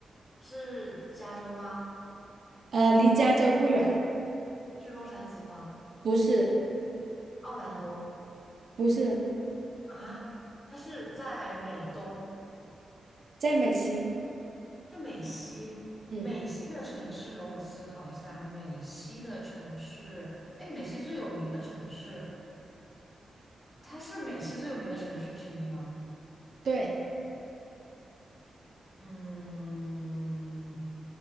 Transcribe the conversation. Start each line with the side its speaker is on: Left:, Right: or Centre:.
Left: 是加州吗？
Right: 呃，离加州不远，
Left: 是洛杉矶吗？
Right: 不是，
Left: 奥兰多
Right: 不是，
Left: 啊？他是在美东，
Right: 在美西。
Left: 在美西，
Right: 嗯，
Left: 美西的城市容我思考一下，美西的城市，哎，美西最有名的城市，它是美西最有名的城市之一吗？
Right: 对，
Left: 嗯，